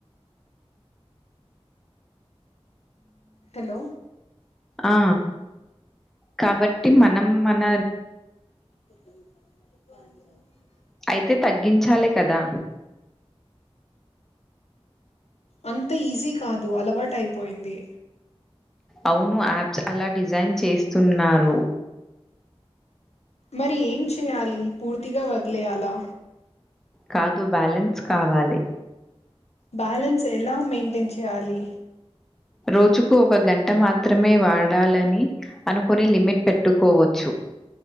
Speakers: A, on the left; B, in the centre.
A: హలో
B: ఆ కాబట్టి మనం మన
A: <inaudible>
B: అయితే తగ్గించాలే కదా
A: అంత ఈజీ కాదు అలవాటు అయిపోయింది
B: అవును యాప్స్ అలా డిజైన్ చేస్తున్నారు
A: మరి ఏం చేయాలి పూర్తిగా వదిలేయాలా
B: కాదు బ్యాలెన్స్ కావాలి
A: బ్యాలెన్స్ ఎలా మెయింటైన్ చేయాలి
B: రోజుకు ఒక గంట మాత్రమే వాడాలని అనుకునే లిమిట్ పెట్టుకోవచ్చు